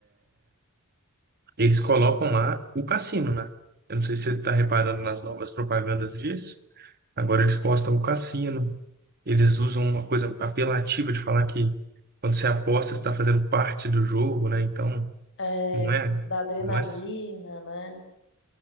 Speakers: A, on the right (about 45°); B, on the left (about 60°).
A: eles colocam lá o cassino, né? Eu não sei se você está reparando nas novas propagandas disso. Agora eles postam o cassino. Eles usam uma coisa apelativa de falar que quando você aposta, você está fazendo parte do jogo, né? Então,
B: é,
A: não é,
B: da adrenalina,
A: não é,
B: né?